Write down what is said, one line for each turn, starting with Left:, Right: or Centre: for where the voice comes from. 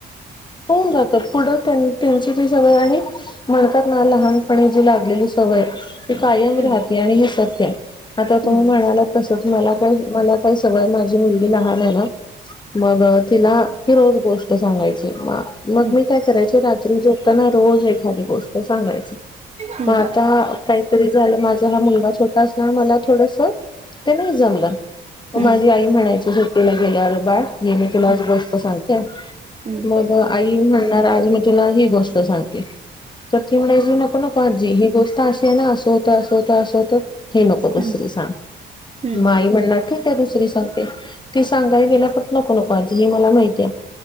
Left: होऊन जातात पुढं त्यांची तेी सगळ आणि म्हणतात ना लहान जी लागलेली सवय ती कायम
Right: हम्म
Left: राहते आणि हे सत आता तुम्ही
Right: हम्म
Left: म्हणाला मला काय मला. काय सगळ माझी मुलगी लहान आहे ना. मग तिला ही रोज गोष्ट सांगायची. मग
Right: हम्म
Left: मी काय करायचे. रात्री झोपताना रोज एखादी गोष्ट सांगायची.
Right: हम्म
Left: मग आता काहीतरी झालं माझ. हा मुलगा छोटा असणार. मला थोडस ते नाही जमलं. म
Right: हम्म
Left: माझी आई म्हणायची सुट्टीला गेल्यावर बाळ ही मी तुला आज
Right: हम्म
Left: गोष्ट सांगते.
Right: हम्म हम्म
Left: मग आई म्हणणार आज मी तुला ही गोष्ट सांगते तर ती म्हणायची नको-नको आजी ही गोष्ट असे आहे. ना असं होत. अस होतं. असं होत. हे नको दुसरी
Right: हम्म हम्म
Left: सांग
Right: हम्म
Left: आई म्हणणार की. ते दुसरी सांगते ती सांगाय गेल्याव परत नको नकोे <unintelligible> ही मला माहितीय.